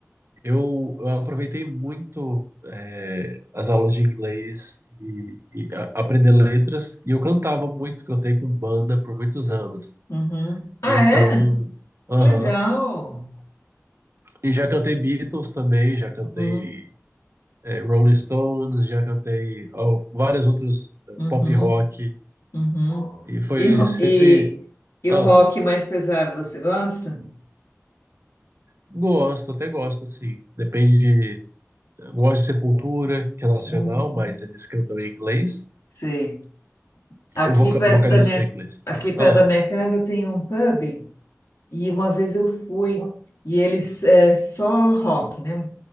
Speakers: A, on the right; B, on the left.
A: Eu, eu aproveitei muito é, as aulas de inglês e, e a- aprender letras, e eu cantava muito, cantei com banda por muitos anos.
B: uhum. Ah,
A: Então,
B: é?
A: aham.
B: Que Legal.
A: E já cantei Beatles também, já cantei
B: Uhum,
A: é, Rolling Stones, já cantei ó, vários outros é,
B: uhum,
A: pop rock,
B: uhum.
A: e foi
B: E, ro-
A: sempre.
B: e, e
A: Ah,
B: o rock mais pesado, você gosta?
A: gosto, até gosto, sim. Depende de. Gosto de Sepultura, que é nacional,
B: Hum.
A: mas eles cantam em inglês.
B: Sei. Aqui
A: O voca-
B: perto
A: o vocalista
B: da minha,
A: é inglês.
B: aqui perto
A: Ah,
B: da minha casa tem um pub e uma vez eu fui e eles é só rock, né?